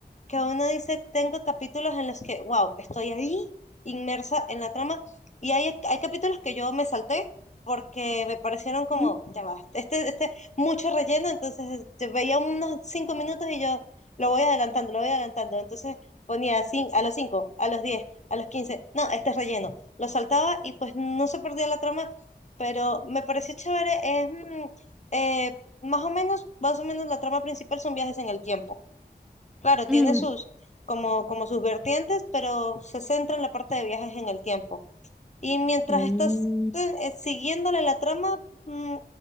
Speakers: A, on the left; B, in the centre.
A: que uno dice, tengo capítulos en los que, wow, estoy ahí inmersa en la trama y hay, hay capítulos que yo me salté porque me parecieron como,
B: <laughs>
A: ya va, este, este, mucho relleno, entonces yo veía unos cinco minutos y yo lo voy adelantando, lo voy adelantando, entonces ponía cin- a los cinco, a los diez, a los quince, no, este es relleno, lo saltaba y pues no se perdía la trama, pero me pareció chévere, es... mm, eh, más o menos, más o menos la trama principal son viajes en el tiempo. Claro, tiene
B: Mm.
A: sus, como, como sus vertientes, pero se centra en la parte de viajes en el tiempo. Y mientras
B: Mm.
A: estás eh, eh, siguiéndole la trama, mm,